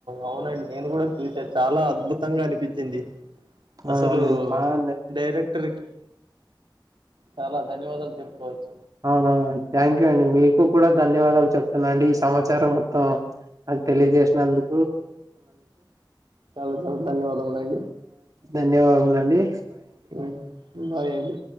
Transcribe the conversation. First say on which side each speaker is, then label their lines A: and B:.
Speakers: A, on the right (about 75°); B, on the right (about 45°).
A: అవునండి నేను కూడా చూసా చాలా అద్భుతంగా అనిపించింది
B: అవునవునండి
A: అసలు
B: బాగా
A: డైరెక్ట్ చాలా ధన్యవాదాలు చెప్పుకోవచ్చు
B: అవునవు థ్యాంక్ యూ అండి మీకు కూడా ధన్యవాదాలు చెప్తున్నా అండి ఈ సమాచారం మొత్తం అది తెలియజేసినందు
A: చాలు చాలు ధన్యవాద అ మలాజ
B: ధన్యవాదుముల అండి
A: అేడి